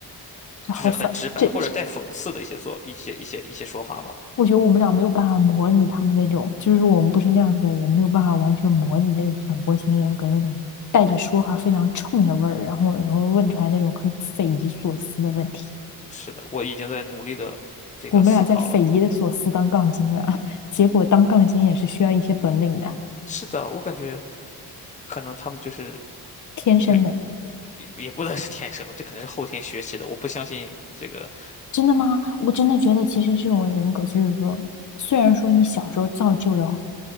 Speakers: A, on the left (about 20°); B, on the left (about 50°).
A: 就是很直白或者带讽刺的一些做一些一些一些说法吧？
B: 好烦，这我觉得我们俩没有办法模拟他们那种，就是我们不是那样子的人，没有办法完全模拟那种反驳型人格那种带着说话非常冲的味儿，然后然后问出来那种很匪夷所思的问题。
A: 是的，我已经在努力的这个思考了。
B: 我们俩在匪夷的所思当杠精了，<laughs> 结果当杠精也是需要一些本领的，
A: 是的，我感觉可能他们就是
B: 天生的。
A: 也也也不能是天生的，这肯定是后天学习的。我不相信这个，
B: 真的吗？我真的觉得，其实这种人格就是说，虽然说你小时候造就的